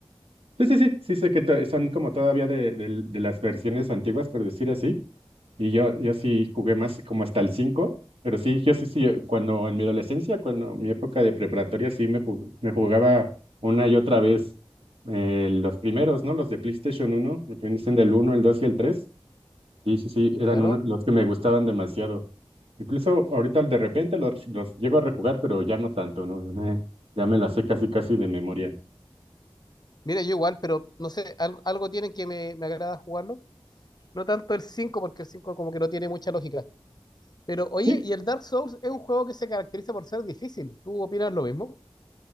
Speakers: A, on the right; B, on the left.
A: Sí, sí, sí, sí sé que to- son como todavía de, del- de las versiones antiguas, por decir así, y yo, yo sí jugué más como hasta el cinco pero sí, yo sí, sí, cuando en mi adolescencia, cuando en mi época de preparatoria, sí me, jug- me jugaba una y otra vez eh, los primeros, ¿no? Los de PlayStation uno lo que dicen del uno el 2 y el tres sí, sí, sí, eran
B: Claro,
A: uno- los que me gustaban demasiado. Incluso ahorita de repente los, los llego a rejugar, pero ya no tanto, ¿no? <laughs> Ya me las sé casi casi de memoria.
B: Mira, yo igual, pero no sé, algo algo tienen que me, me agrada jugarlo. No tanto el 5 porque el 5 como que no tiene mucha lógica. Pero oye,
A: Sí,
B: y el Dark Souls es un juego que se caracteriza por ser difícil. ¿Tú opinas lo mismo?